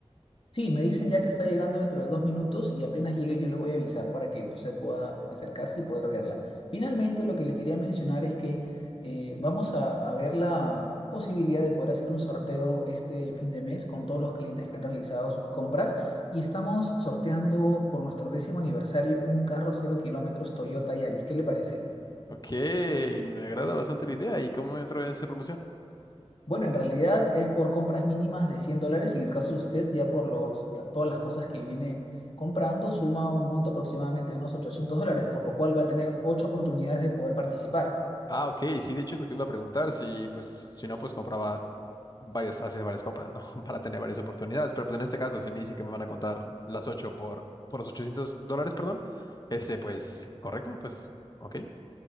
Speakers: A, on the left (about 55°); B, on the left (about 35°).
A: Sí, me dicen ya que está llegando dentro de dos minutos y apenas llegue yo le voy a avisar para que usted pueda acercarse y poder verla. Finalmente, lo que le quería mencionar es que eh, vamos a, a ver la posibilidad de poder hacer un sorteo este fin de mes con todos los clientes que han realizado sus compras y estamos sorteando por nuestro décimo aniversario un carro cero kilómetros Toyota Yaris. ¿Qué le parece?
B: Ok, me agrada bastante la idea. ¿Y cómo entró en esa promoción?
A: Bueno, en realidad es por compras mínimas de 100 dólares y en el caso de usted ya por los, la- todas las cosas que viene comprando suma un monto aproximadamente de unos 800 dólares, por lo cual va a tener ocho oportunidades de poder participar.
B: Ah, ok, sí, de hecho es lo que iba a preguntar, si pues, si no, pues compraba varios, haces varias compras, ¿no? <laughs> Para tener varias oportunidades. Pero pues en este caso, si me dicen que me van a contar las 8 por, por los 800 dólares, perdón, este, pues, correcto, pues, ok.